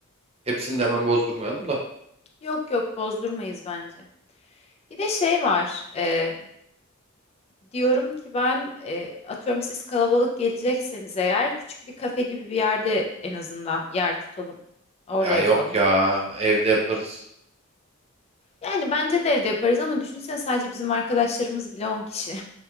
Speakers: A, on the right (about 30°); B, on the left (about 30°).
A: Hepsini de hemen bozdurmayalım da.
B: Yok yok bozdurmayız bence. Bir de şey var. e, diyorum ki ben e, atıyorum siz kalabalık gelecekseniz eğer küçük bir kafe gibi bir yerde en azından yer tutalım. Orada
A: Ya
B: yapalım.
A: yok ya evde yaparız.
B: Yani bence de evde yaparız ama düşünsene sadece bizim arkadaşlarımız bile on kişi